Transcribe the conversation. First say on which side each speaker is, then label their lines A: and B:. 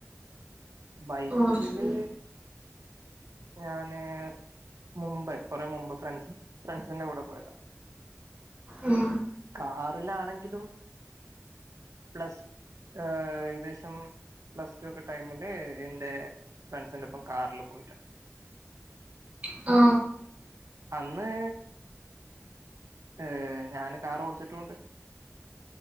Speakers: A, on the right; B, on the right.
A: ബൈക്കില്
B: ഓ ശരി
A: ഞാന് മുമ്പ് കൊറെ മുമ്പ് ഫ്രണ്ട്സ് ഫ്രണ്ട്സിന്റെ കൂടെ പോയതാ.
B: ഉം
A: കാറിലാണെങ്കിലും പ്ലസ് ഏകദേശം പ്ലസ് ടു ഒക്കെ ടൈമില് എന്റെ ഫ്രണ്ട്സിന്റെ ഒപ്പം കാറില് പോയിട്ടുണ്ട്.
B: ആ
A: അന്ന് ഏ ഞാന് കാർ ഓടിച്ചിട്ടുണ്ട്.